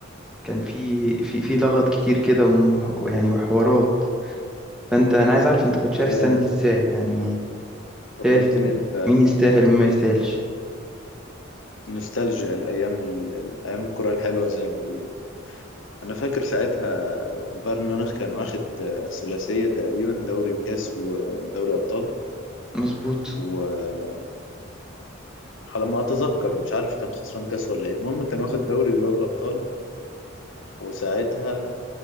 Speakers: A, in the centre; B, on the left.
A: كان في في في لغط كتير كده وم- ويعني وحوارات فانت انا عايز اعرف انت كنت شايف
B: يا
A: السنة دي ازاي يعني
B: فكرتني
A: شايف ال- مين يستاهل ومين ما يستاهلش
B: بنوستالجيا الايام ال- ايام الكره الحلوه زي ما بيقولوا انا فاكر ساعتها بايرن ميونخ كان واخد ثلاثيه تقريبا دوري وكاس ودوري ابطال
A: مظبوط
B: وعلى ما اتذكر مش عارف كان خسران كاس ولا ايه المهم كان واخد دوري ودوري الابطال وساعتها